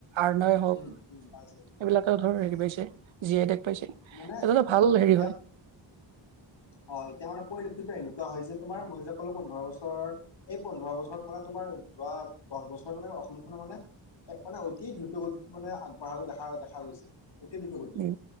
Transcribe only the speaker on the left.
উম
উম পাইছে
মানে
এতিয়া
হয় এতিয়া মানে পৰিলক্ষিত হে কোৱা হয় যে তোমাৰ মই যে ক'লো পোন্ধৰ বছৰ এই পোন্ধৰ বছৰত মানে তোমাৰ যোৱা দহ বছৰ মানে অসম খনৰ মানে এক মানে অতি দ্ৰুতগতি মানে আগবঢ়াটো দেখা দেখা গৈছে। অতি দ্ৰুত গতিত,